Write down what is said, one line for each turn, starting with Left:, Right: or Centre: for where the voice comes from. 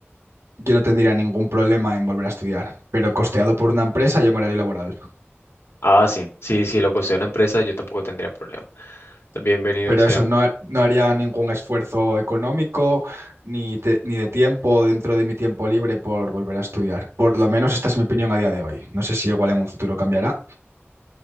Right: Yo no tendría ningún problema en volver a estudiar, pero costeado por una empresa y en horario laboral.
Left: Ah, sí, sí, sí, lo costea una empresa, yo tampoco tendría problema. Bienvenido
Right: Pero
Left: sea.
Right: eso, no, ha- no haría ningún esfuerzo económico ni, te- ni de tiempo dentro de mi tiempo libre por volver a estudiar. Por lo menos esta es mi opinión a día de hoy. No sé si igual en un futuro cambiará,